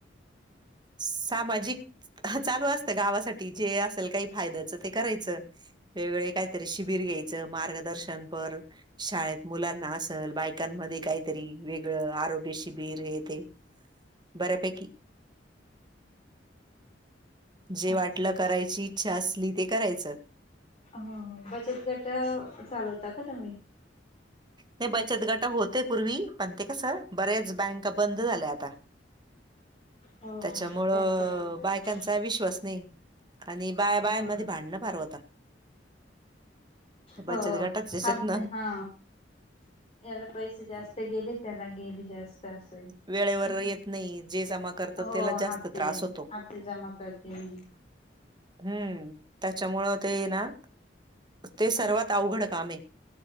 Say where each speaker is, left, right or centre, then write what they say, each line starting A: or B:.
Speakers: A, on the right; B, on the left.
A: सामाजिक चालू असतं गावासाठी जे असेल काही फायद्याचं ते करायचं वेगवेगळे काय तरी शिबिर घ्यायच मार्गदर्शनपर शाळेत मुलांना असल बाय कान मध्ये काहीतरी वेगळ आरोग्य शिबिर हे ते बऱ्यापैकी जे वाटलं
B: अच्छा
A: करायची इच्छा असली ते करायचं.
B: हो हो बचत गटा चालवता का तुम्ही?
A: नाही बचत गटा होतय पूर्वी पण ते कसं बरेच बँका बंद झाल्या आता.
B: हो हो
A: त्याच्यामुळं
B: बँक बंद झाल्या.
A: बायकांच त्या विश्वास नाही आणि बाया बायांमध्ये
B: हो
A: भांडणं फार होता. बचत
B: हो
A: गटात त्याच्यात
B: हाफते
A: ना
B: हा. याला पैसे जास्त गेले त्याला गेले जास्त असं आहे.
A: वेळेवर येत नाही जे जमा करतात
B: हो
A: त्याला जास्त
B: हाप्तेन
A: त्रास होतो.
B: हाप्ते जमा करते मी.
A: हम्म त्याच्यामुळं ते ना ते सर्वात अवघड काम आहे.